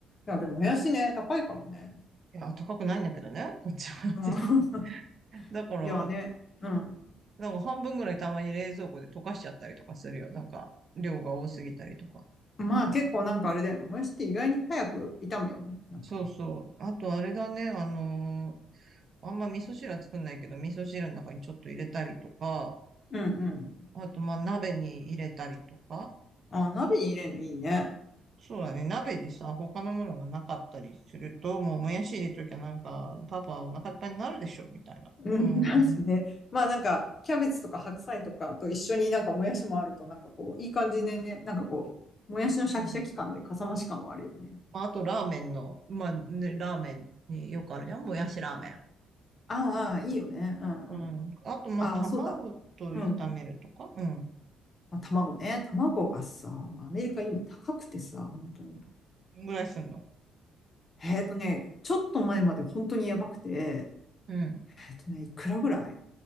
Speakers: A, on the left; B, on the right.
A: や、でももやしね、高いからね。
B: や、高くないんだけどね。こっちは全然。
A: うん。<laughs>
B: だから、
A: いやね。うん。
B: なんか半分ぐらいたまに冷蔵庫で溶かしちゃったりとかするよ。なんか、量が多すぎたりとか。
A: まあ結構なんかあれだよね。もやしって意外に早く炒むよね。なんか。
B: そうそう。あと、あれだね、あのーあんま味噌汁は作んないけど、味噌汁の中にちょっと入れたりとか、
A: うんうん。
B: あと、まあ、鍋に入れたりとか。
A: あ、鍋に入れるのいいね。
B: そうだね、鍋でさ、他のものがなかったりすると、もう、もやし入れときゃなんか、パパお腹いっぱいになるでしょ、みたいな。
A: うん、
B: うん、
A: なんすね。
B: うん。
A: まあなんか、キャベツとか白菜とかと一緒になんかもやしもあると、なんかこう、いい感じでね、なんかこう、もやしのシャキシャキ感でかさ増し感はあるよね。
B: うんまあ、あと、ラーメンの、まあ、ね、ラーメンによくあるじゃん、もやしラーメン。
A: ああ、ああいいよね。うんうん。
B: うん。あと、まあ、
A: ああ、
B: 卵と炒めるとか、
A: そうだ。うん。
B: うん。
A: まあ、卵ね。卵がさ、まあ、アメリカ今高くてさ、本当に。
B: ぐらいすんの。
A: えっとね、ちょっと前まで本当にやばくて、
B: うん、
A: えっとね、いくらぐらい